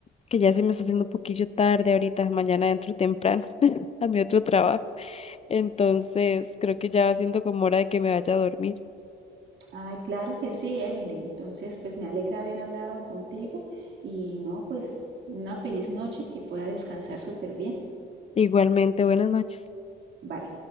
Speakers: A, on the left; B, on the right.
A: que ya se me está haciendo un poquillo tarde ahorita, mañana entro temprano <laughs> a mi otro trabajo. Entonces, creo que ya va siendo como hora de que me vaya a dormir.
B: Ay, claro que sí, Emily. Entonces, pues me alegra haber hablado contigo y no, pues una feliz noche que pueda descansar súper bien.
A: Igualmente, buenas noches.
B: Vale.